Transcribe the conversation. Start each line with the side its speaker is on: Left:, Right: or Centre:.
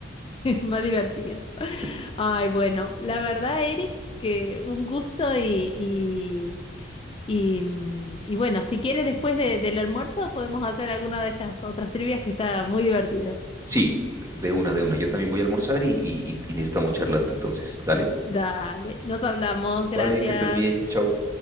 Left: Más divertido.
Right: <laughs>
Left: Ay, bueno, la verdad, Eric, que un gusto y, y, y, mm, y bueno, si quieres después de- del almuerzo podemos hacer alguna de estas otras trivias que está muy divertido.
Right: Sí, de una, de una. Yo también voy a almorzar y, y, y y estamos charlando entonces. Dale,
Left: Dale, nos hablamos, gracias.
Right: vale, que estés bien, chao.